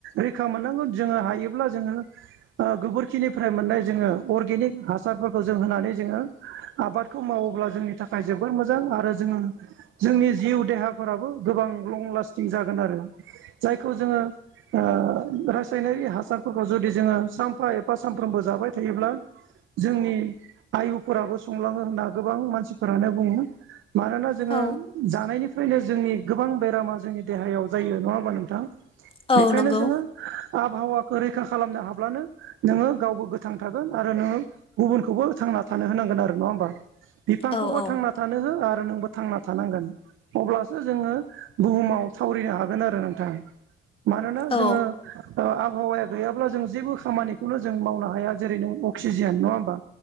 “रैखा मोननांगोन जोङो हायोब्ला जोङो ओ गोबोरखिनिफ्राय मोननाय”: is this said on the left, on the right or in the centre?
Right